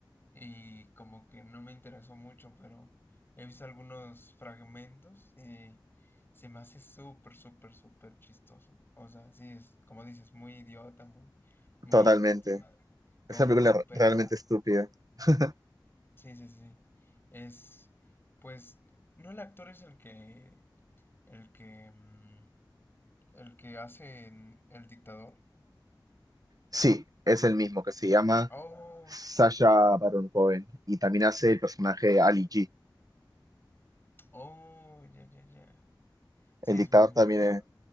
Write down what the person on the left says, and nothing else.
y como que no me interesó mucho, pero he visto algunos fragmentos y se me hace súper, súper, súper chistoso. O sea, sí es, como dices, muy idiota, muy, muy
este, tonto,
pero
sí, sí, sí. Es, pues, no el actor es el que, el que, mm, el que hace en el dictador.
Oh,
oh, ya, ya, ya. Sí,
es
muy bueno.